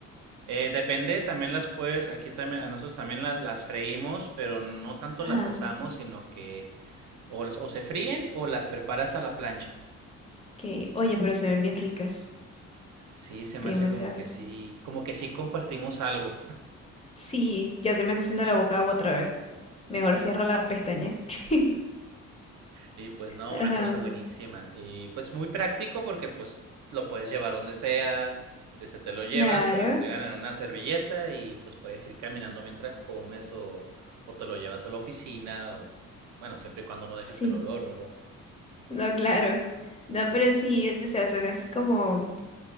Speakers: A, on the right (about 70°); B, on the left (about 20°).
A: Eh, depende, también las puedes, aquí también, a nosotros también las, las freímos, pero no tanto
B: Ajá.
A: las asamos, sino que o, las- o se fríen o las preparas a la plancha.
B: Ok. Oye, pero se ven bien ricas.
A: Sí, se me
B: Demasiado.
A: hace como que sí, como que sí compartimos algo.
B: Sí, ya se me está haciendo la boca agua otra vez. Mejor cierra la pestaña. <laughs>
A: <laughs> Sí. Y pues no,
B: Ajá,
A: una cosa buenísima. Y pues muy práctico porque pues lo puedes llevar donde sea, eh, se te lo llevas,
B: claro,
A: te lo entregan en una servilleta y pues puedes ir caminando mientras comes o, o te lo llevas a la oficina o bueno, siempre y cuando no dejes
B: sí.
A: el olor, ¿verdad?
B: No, claro. No, pero sí, o sea, son así como...